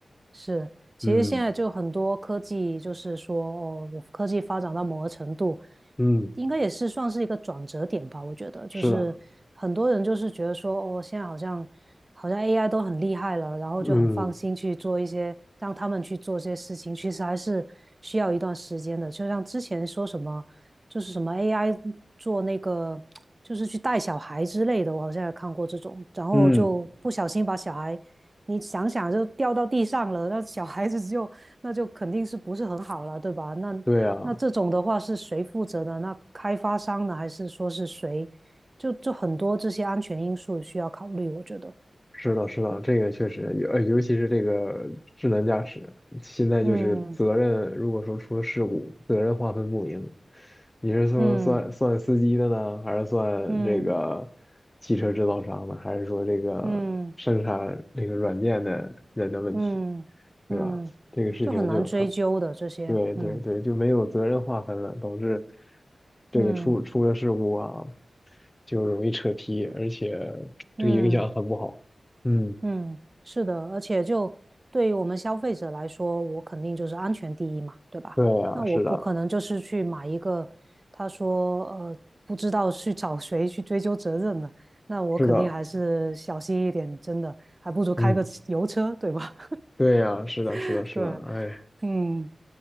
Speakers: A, on the right; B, on the left.
A: 是，其实现在就很多科技，
B: 嗯
A: 就是说，哦，我科技发展到某个程度，
B: 嗯，
A: 应该也是算是一个转折点吧。我觉得，就是很多人就是觉得说，
B: 是的，
A: 哦，现在好像好像 AI 都很厉害了，然后就很放心去做一些，
B: 嗯
A: 让他们去做这些事情，其实还是需要一段时间的。就像之前说什么，就是什么 AI 做那个，就是去带小孩之类的，我好像也看过这种，然后就不小心把小孩。
B: 嗯，
A: 你想想就掉到地上了，那小孩子就那就肯定是不是很好了，对吧？那那这种的话是谁负责呢？
B: 对啊，
A: 那开发商呢？还是说是谁？就就很多这些安全因素需要考虑，我觉得。
B: 是的，是的，这个确实，尤呃尤其是这个智能驾驶，现在就是责任，
A: 嗯
B: 如果说出了事故，责任划分不明，你是说算算司机的呢，
A: 嗯
B: 还是算这个汽车制造商的，
A: 嗯
B: 还是说这个生产这个软件的人的问题，
A: 嗯嗯嗯，
B: 对吧？
A: 嗯就很难追究的这些。
B: 这个事情就很对对对，
A: 嗯
B: 就没有责任划分了，导致这个出出了事故啊，
A: 嗯
B: 就容易扯皮，而且
A: 嗯
B: 这个影响很不好。嗯，
A: 嗯，是的，而且就对于我们消费者来说，我肯定就是安全第一嘛，对吧？
B: 对呀，
A: 那我不可能就是去买一个，
B: 是的，
A: 他说呃不知道去找谁去追究责任的，那我肯定还是小心一点，
B: 是的，
A: 真的，还不如开个油车，
B: 嗯，
A: 对吧？
B: 对呀，是的，
A: <laughs>
B: 是的，是的，
A: 对，
B: 哎
A: 嗯，